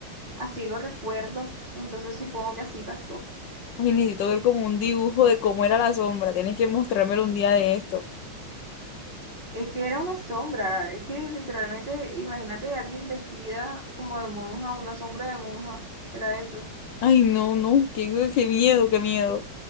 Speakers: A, on the right; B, on the left.
A: Así lo recuerdo, entonces supongo que así pasó.
B: Ay, necesito ver como un dibujo de cómo era la sombra. Tienes que mostrármelo un día de esto.
A: Es que era una sombra, es que literalmente, imagínate a alguien vestida como de monja, una sombra de monja, era eso.
B: Ay, no, no, qué, qué miedo, qué miedo.